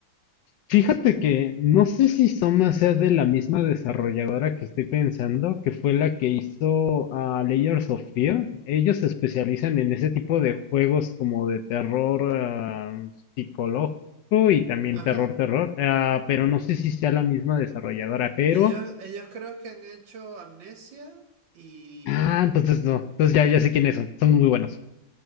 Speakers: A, on the left; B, on the right.
A: Fíjate que no sé si Soma sea de la misma desarrolladora que estoy pensando, que fue la que hizo a Layers of Fear. Ellos se especializan en ese tipo de juegos como de terror ah, psicológico y también
B: Ajá.
A: terror terror, Ah, pero no sé si sea la misma desarrolladora, pero
B: Ellos, ellos creo que han hecho Amnesia y...
A: ah, entonces no, entonces ya ya sé quiénes son, son muy buenos.